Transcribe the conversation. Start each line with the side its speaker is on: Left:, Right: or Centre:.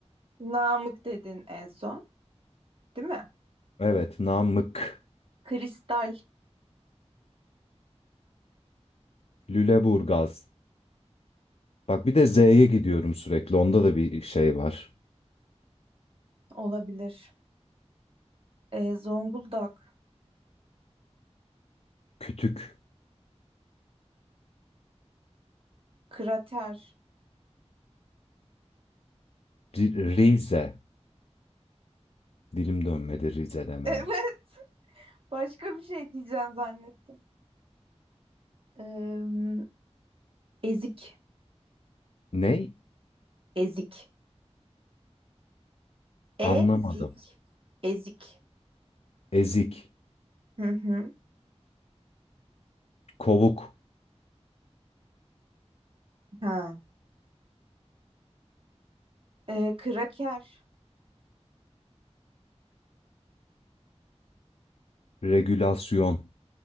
Right: Namık dedin en son, değil mi?
Left: Evet Namık.
Right: Kristal.
Left: Lüleburgaz. Bak bir de Z'ye gidiyorum sürekli. Onda da bir şey var.
Right: Olabilir. Ee, Zonguldak,
Left: Kütük.
Right: krater. <laughs>
Left: Ri- Rize. Dilim dönmedi Rize demeye.
Right: Evet, başka bir şey diyeceğim zannettim. Ee, ezik,
Left: Ney?
Right: ezik,
Left: Anlamadım.
Right: ezik, ezik.
Left: Ezik.
Right: Hı hı.
Left: Kovuk.
Right: Ha. Ee, kraker.
Left: Regülasyon.